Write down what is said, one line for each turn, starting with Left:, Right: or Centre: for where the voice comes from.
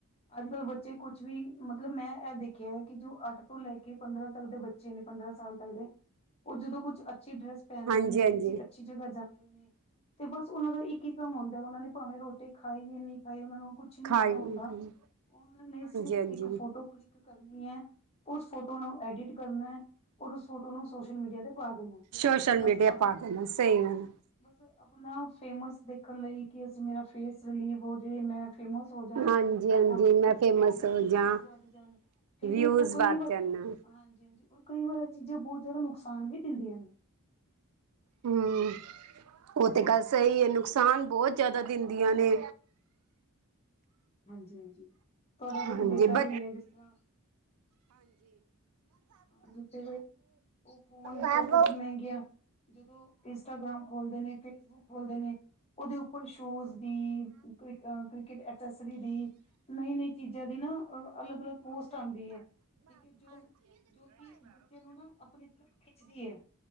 Left: ਅੱਜ ਕੱਲ ਬੱਚੇ ਕੁਛ ਵੀ ਮਤਲਬ ਮੈਂ ਇਹ ਦੇਖਿਆ ਕਿ ਜੋ ਅੱਠ ਤੋਂ ਲੈ ਕੇ ਪੰਦਰਾਂ ਤੱਕ ਦੇ ਬੱਚੇ ਨੇ ਪੰਦਰਾਂ ਸਾਲ ਤੱਕ ਦੇ ਉਹ ਜਦੋਂ ਕੁਛ ਅੱਛੀ ਡਰੈਸ ਪਹਿਨਦੇ
Right: ਹਾਂਜੀ
Left: ਨੇ
Right: ਹਾਂਜੀ
Left: ਕਿਸੇ ਅੱਛੀ ਜਗ੍ਹਾ ਜਾਂਦੇ ਨੇ ਤੇ ਬਸ ਉਹਨਾਂ ਦਾ ਇੱਕ ਹੀ ਕੰਮ ਹੁੰਦਾ ਉਹਨਾਂ ਨੇ ਭਾਵੇਂ ਰੋਟੀ ਖਾਈ ਵੀ ਨਹੀਂ ਖਾਈ ਉਹਨਾਂ ਨੂੰ ਕੁਛ ਨੀ
Right: ਖਾਈ
Left: ਪਤਾ ਹੁੰਦਾ,
Right: ਹਾਂਜੀ
Left: ਉਹਨਾਂ ਨੇ ਸਿਰਫ
Right: ਹਾਂਜੀ
Left: ਇੱਕ ਫੋਟੋ ਕਲਿੱਕ ਕਰਨੀ ਹੈ ਉਸ ਫੋਟੋ ਫੋਟੋ ਨੂੰ ਐਡਿਟ ਕਰਨਾ ਔਰ ਉਸ ਫੋਟੋ ਨੂੰ ਸੋਸ਼ਲ ਮੀਡੀਆ ਤੇ ਪਾ ਦੇਣਾ
Right: ਸੋਸ਼ਲ ਮੀਡੀਆ
Left: ਬਸ ਆਪਣੇ
Right: ਪਾ ਦੇਣਾ ਸਹੀ
Left: ਹਾਂਜੀ
Right: ਗੱਲ
Left: ਬਸ, ਆਪਣਾ ਫੇਮਸ ਦੇਖਣ ਲਈ ਕਿ ਅਸੀ ਮੇਰਾ ਫੇਸ ਰਿਲੀਵ ਹੋ ਮੈਂ ਫ਼ਾਮੁਸ, ਜਾ ਸੌਜਾ,
Right: ਹਾਂਜੀ ਹਾਂਜੀ
Left: ਔਰ
Right: ਮੈਂ ਫੇਮਸ
Left: ਮੇ,
Right: ਹੋ
Left: ਵਿਊਜ਼
Right: ਜਾਂ
Left: ਵੱਧ ਜਾਣ ਠੀਕ
Right: ਵਿਊਜ਼
Left: ਇਹ ਤ ਕਈ
Right: ਵੱਧ
Left: ਵਾਰੀ
Right: ਜਾਣਾ
Left: ਨਾ ਹਾਂਜੀ ਹਾਂ,,,, ਕਈ ਵਾਰੀਆਂ ਚੀਜ਼ਾਂ ਬਹੁਤ ਜ਼ਿਆਦਾ ਨੁਕਸਾਨ ਵੀ ਦਿੰਦੀਆਂ ਨੇ,,,
Right: ਹੂੰ,,, ਉਹ ਤੇ ਗੱਲ ਸਹੀ ਹੈ ਨੁਕਸਾਨ ਬਹੁਤ ਜ਼ਿਆਦਾ ਦਿੰਦੀਆਂ ਨੇ।
Left: ਹਾਂਜੀ-ਹਾਂਜੀ ਤੁਹਾਡਾ
Right: ਹਾਂਜੀ
Left: ਬੇਟਾ
Right: ਬ
Left: ਵੀ ਹੈ ਜਿਸ ਤਰ੍ਹਾਂ ਹਾਂਜੀ ਜਿਹੜੇ, ਉਹ ਫੋਨ ਵਿਚੋਂ
Right: ਹਾਂਜੀ
Left: ਕੁਛ ਮਹਿੰਗੀਆਂ ਜਦੋਂ ਇੰਸਟਾਗ੍ਰਾਮ ਖੋਲਦੇ ਨੇ ਫੇਸਬੁਕ ਖੋਲਦੇ ਨੇ ਉਹਦੇ ਉਪਰ ਸ਼ੋਜ ਰੀਲਜ ਕ੍ਰਿਕਟ ਐਸਸਰੀ ਦੀ, ਨਈ-ਨਈ ਚੀਜ਼ਾਂ ਦੀ ਨਾ ਅਲੱਗ-ਅਲੱਗ ਪੋ ਲਿਸਟ ਆਉਂਦੀ ਏ, ਠੀਕ ਹੈ ਜੋ ਜੋ ਕਿਉਂਕਿ ਬੱਚੇ ਨੂੰ ਨਾ ਆਪਣੀ ਤਰਫ ਖਿੱਚਦੀ ਏ,